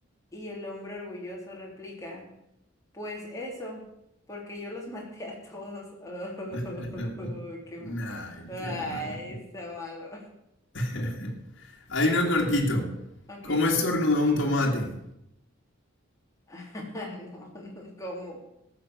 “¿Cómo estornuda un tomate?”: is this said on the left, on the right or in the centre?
Left